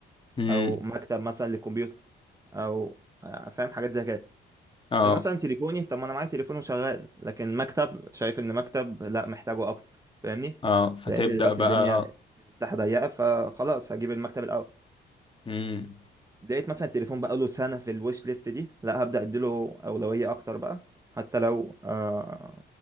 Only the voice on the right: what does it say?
او مكتب مثلا للكمبيوتر او آه، فاهم حاجات زي كده
فمثلا تليفوني طب ما انا معايا تليفون وشغال لكن مكتب شايف ان مكتب لا محتاجه اكتر فاهمني
لان دلوقتي
الدنيا مساحه ضيقه فخلاص هجيب المكتب الاول
لقيت مثلا التليفون بقى له سنه في الويش ليست دي لا هبدا اديله اولويه اكتر بقى حتى لو آه